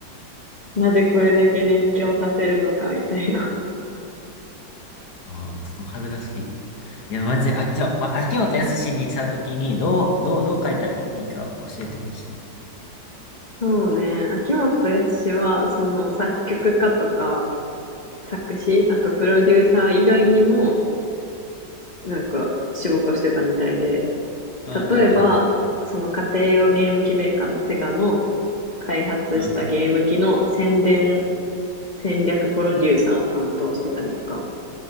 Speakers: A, on the left (about 45°); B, on the left (about 60°).
A: なぜこれだけ熱狂させるのか、みたいな。
B: ああ、ちょっと恥ずかしいけど。いや、マジで、あっちは、まあ、秋元康にしたときに、どう、どう、どう書いたらいいか教えてほしい。
A: <laughs> そうね。秋元康は、その作曲家とか作詞、あとプロデューサー以外にも、なんか仕事してたみたいで、
B: うんうん
A: 例えば、その家庭用ゲーム機メーカーのセガの開発したゲーム機の宣伝
B: うん。うん。
A: 戦略プロデューサーを担当してたりとか、